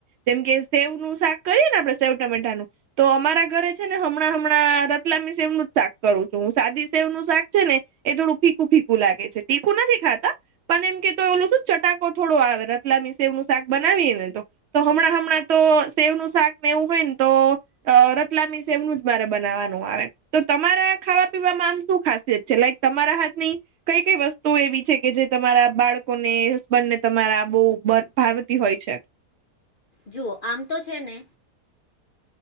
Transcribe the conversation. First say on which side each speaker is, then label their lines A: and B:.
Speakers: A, on the right; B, on the left.
A: જેમ કે સેવ નું શાક કરીએ ને આપડણે સેવ ટમેટાનું તો અમારા ઘરે છે ને હમણાં-હમણાં રતલામી સેવનું જ શાક કરું છું. હું સાદી સેવનું શાક છે ને એ થોડુંક ફીકું-ફીકું લાગે છે. તીખું નથી ખાતા પણ એમ કે તોય ઓલું શું ચટાકો થોડો આવે, રતલામી સેવ નું શાક બનાવીએ ને તો. તો હમણાં-હમણાં તો સેવનું શાક ને એવું હોય ને તો અહ રતલામી સેવ નું જ મારે બનાવવાનું આવે. તો તમારા ખાવા પીવામાં આમ શું ખાસિયત છે? લાઈક તમારા હાથની કંઈ-કંઈ વસ્તુ એવી છે કે જે તમારા બાળકો ને, હસબન્ડ ને તમારા બહુ બ ભાવતી હોય છે?
B: જુઓ આમ તો છે ને